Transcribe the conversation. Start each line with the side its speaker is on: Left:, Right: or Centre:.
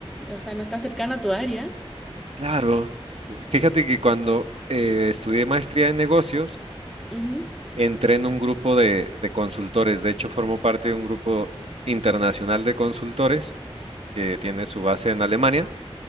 Centre: o sea, no es tan cercana a tu área.
Right: Claro. Fíjate que cuando eh, estudié maestría en negocios,
Centre: Ujú.
Right: entré en un grupo de, de consultores. De hecho, formo parte de un grupo internacional de consultores que tiene su base en Alemania.